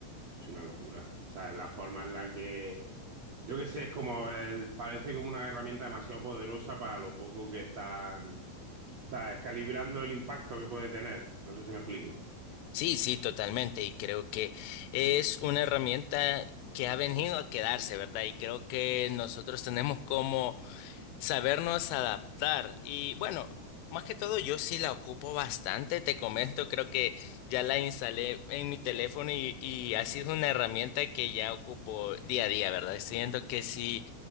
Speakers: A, on the right; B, on the left.
A: es una locura. O sea, la forma en la que, yo qué sé, es como, el- parece como una herramienta demasiado poderosa para lo poco que están, ¿sabes? Calibrando el impacto que puede tener. No sé si me explico.
B: Sí, sí, totalmente. Y creo que es una herramienta que ha venido a quedarse, ¿verdad? Y creo que nosotros tenemos como Sabernos adaptar. Y bueno, más que todo yo sí la ocupo bastante, te comento, creo que ya la instalé en mi teléfono y, y ha sido una herramienta que ya ocupo día a día, ¿verdad? Siento que si,